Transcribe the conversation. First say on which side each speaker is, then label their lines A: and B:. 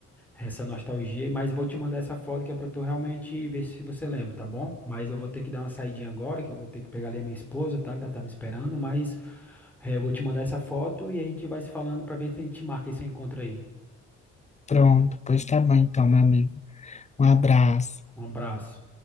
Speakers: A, in the centre; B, on the left (about 25°).
A: essa nostalgia, mas eu vou te mandar essa foto que é pra tu realmente ver se você lembra, tá bom? Mas eu vou ter que dar uma saidinha agora, que eu vou ter que pegar ali a minha esposa, tá, que ela tá me esperando, mas eh, eu vou te mandar essa foto e a gente vai se falando pra ver se a gente marca esse encontro aí.
B: Pronto, pois tá bom então, meu amigo. Um abraço.
A: Um abraço.